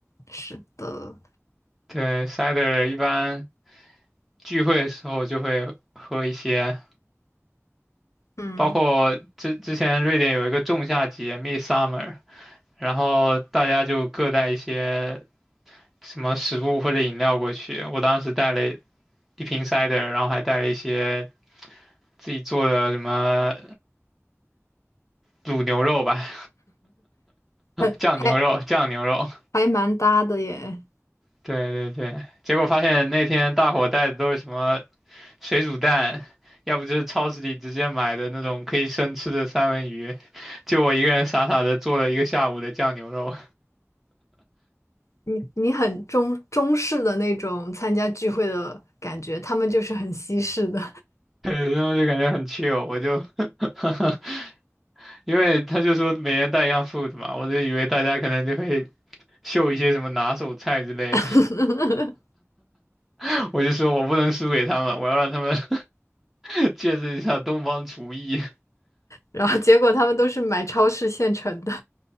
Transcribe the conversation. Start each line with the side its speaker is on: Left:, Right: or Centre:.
Left: 是的。
Centre: 对，cider 一般聚会的时候就会喝一些，
Left: 嗯，
Centre: 包括之之前瑞典有一个仲夏节 （Midsummer），然后大家就各带一些什么食物或者饮料过去。我当时带了一瓶 cider，然后还带了一些自己做的什么卤牛肉吧，
Left: 很还
Centre: 酱牛肉，酱牛肉。
Left: 还蛮搭的耶。
Centre: 对对对，结果发现那天大伙带的都是什么水煮蛋，要不就是超市里直接买的那种可以生吃的三文鱼，就我一个人傻傻的做了一个下午的酱牛肉，
Left: 你你很中中式的那种参加聚会的感觉，他们就是很西式的，
Centre: <laughs> 对，然后就感觉很 chill，我就，<laughs> 因为他就说每人带一样 food 嘛，我就以为大家可能就会秀一些什么拿手菜之类的，
Left: <laughs>
Centre: <laughs> 我就说我不能输给他们，我要让他们 <laughs> 见识一下东方厨艺。
Left: 然后结果他们都是买超市现成的。